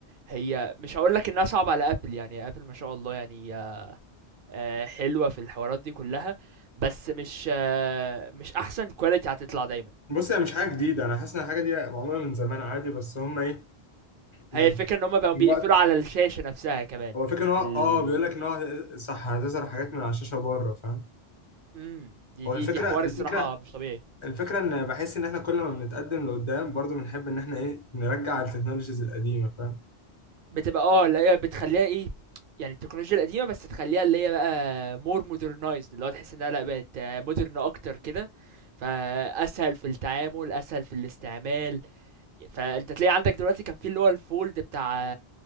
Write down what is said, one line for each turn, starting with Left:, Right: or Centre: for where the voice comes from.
Right: هي مش هقول لك انها صعبه على ابل يعني ابل ما شاء الله يعني آه، آه، حلوه في الحوارات دي كلها بس مش آه، مش احسن كواليتي هتطلع دايما
Left: بص هي مش حاجه جديده انا حاسس ان الحاجه دي معموله من زمان عادي بس هم ايه من
Right: هي الفكره ان هم بقوا
Left: من
Right: بيقفلوا
Left: وقت
Right: على الشاشه نفسها كمان
Left: هو الفكره ان هو اه
Right: ال
Left: بيقول لك ان هو صح هتظهر حاجات من على الشاشه بره فاهم
Right: امم دي
Left: هو
Right: دي
Left: الفكره
Right: دي حوار
Left: الفكره
Right: الصراحه مش طبيعي
Left: الفكرة ان بحس ان احنا كل ما بنتقدم لقدام برضو بنحب ان احنا ايه نرجع التكنولوجيز القديمة فاهم
Right: بتبقى اه اللي هي بتخليها ايه يعني التكنولوجيا القديمه بس تخليها اللي هي بقى مور مودرنايزد اللي هو تحس انها لا بقت مودرن اكتر كده فاسهل في التعامل اسهل في الاستعمال فانت تلاقي عندك دلوقتي كان في اللي هو الفولد بتاع